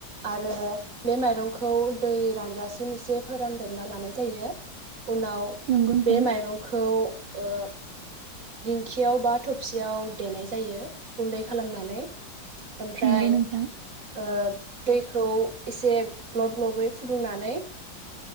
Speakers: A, on the right; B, on the right.
A: आरो बे माइरंखौ दै रानजासिम एसे फोरानदबना लानाय जायो उनाव
B: नंगौ नोंथां
A: बे माइरंखौ <unintelligible> दिंखियाव बा थबसियाव। देनाय जायो गुन्दै खालामनानै ओमफ्राय
B: नंगौ नोंथां
A: ओ दै खौ एसे ग्लब ग्लबै फुदुंनानै